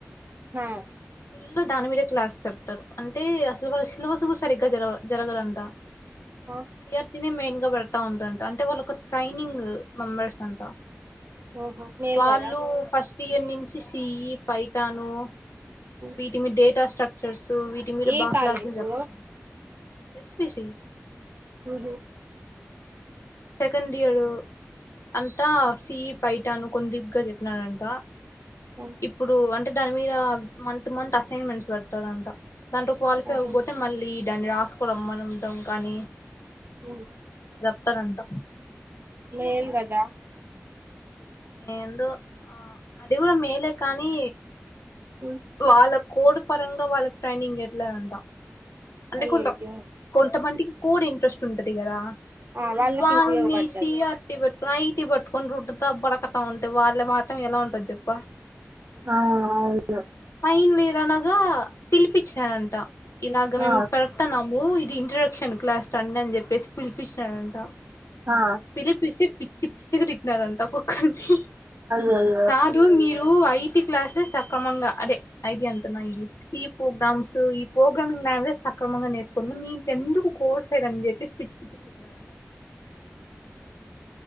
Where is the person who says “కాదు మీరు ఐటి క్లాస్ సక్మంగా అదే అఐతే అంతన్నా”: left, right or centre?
Left